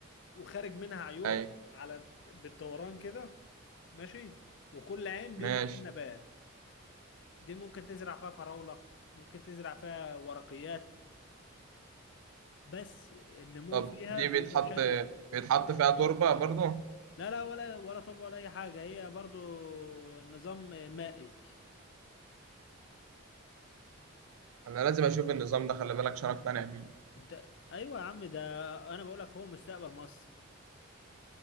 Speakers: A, on the left; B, on the right.
A: وخارج منها عيون
B: اي
A: على بالدوران كده ماشي وكل عين
B: ماشي
A: بيبقى فيها نبات دي ممكن تزرع فيها فراولة ممكن تزرع فيها ورقيات بس النمو
B: طب
A: فيها
B: دي
A: بيبقى
B: بيتحط
A: بشكل
B: بيتحط فيها تربه برضو
A: لا لا ولا ولا تربة ولا اي حاجة هي برضو نظام مائي
B: انا لازم اشوف النظام ده خلي بالك عشان اقتنع بيه
A: انت ايوه يا عم ده انا بقول لك هو مستقبل مصر